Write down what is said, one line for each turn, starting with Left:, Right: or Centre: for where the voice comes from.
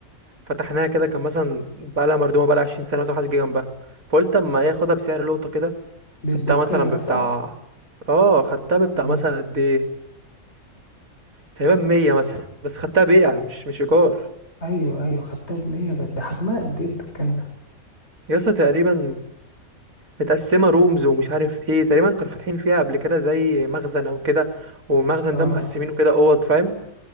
Right: فتحناها كده كان مثلا بقالها مردومة بقالها 20 سنة مثلا محدش جه جنبها فقلت اما ايه اخدها بسعر لقطة كده
Left: دي
Right: خدتها
Left: الدكانة
Right: مثلا ببتاع
Left: صح
Right: اه خدتها ببتاع
Left: امم
Right: مثلا قد ايه تقريبا 100 مثلا بس خدتها بيع مش مش ايجار
Left: ايوه ايوه خدتها بمية بقت ده حجمها قد ايه الدكان ده
Right: يا اسطى تقريبا متقسمه رومز ومش عارف ايه تقريبا كانوا فاتحين فيها قبل كده زي مخزن او كده والمخزن
Left: اه
Right: ده مقسمينه كده اوض فاهم